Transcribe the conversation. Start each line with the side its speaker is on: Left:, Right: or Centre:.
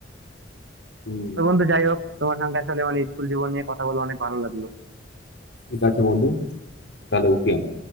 Left: হুম
Right: তো বন্ধু যাই হোক তোমার সঙ্গে আসলে মানে স্কুল জীবন নিয়ে কথা বলে অনেক ভালো লাগলো
Left: ঠিক আছে বন্ধু তাহলে উঠি আমি।